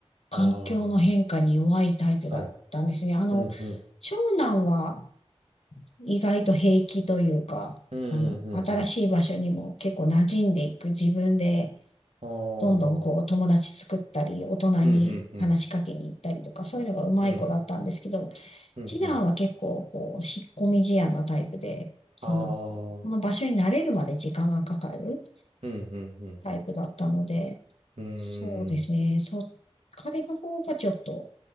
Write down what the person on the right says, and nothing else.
ああ、はい。
うんうん。
うんうんうんうん。
ああ、
うんうんうん。
うんうんうん。
ああ、
うんうんうん。
うーん。